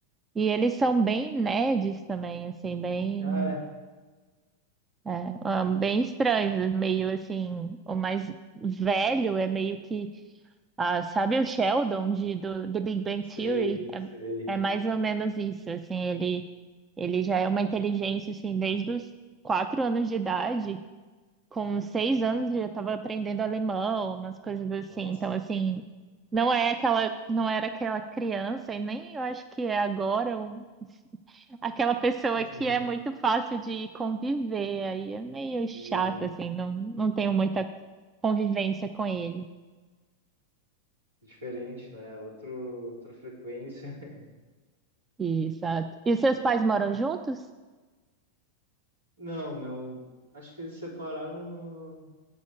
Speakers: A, on the right (about 20°); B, on the right (about 70°).
A: E eles são bem nerds também, assim, bem.
B: Ah, é.
A: É, ah, bem estranhos, meio assim, o mais velho é meio que, ah, sabe o Sheldon de, do, do Big Bang
B: Sei,
A: Theory?
B: sei.
A: É, é mais ou menos isso, assim, ele, ele já é uma inteligência, assim, desde os quatro anos de idade, com seis anos ele já estava aprendendo alemão, umas coisas assim,
B: Nossa.
A: então, assim, não é aquela, não era aquela criança, e nem eu acho que é agora, um Aquela pessoa
B: <laughs>
A: que é muito fácil de conviver, aí é meio
B: Sim.
A: chato, assim, não, não tenho muita convivência com ele.
B: Diferente, né? Outro, outra frequência. <laughs>
A: Exato. E seus pais moram juntos?
B: Não, meu. Acho que eles separaram no,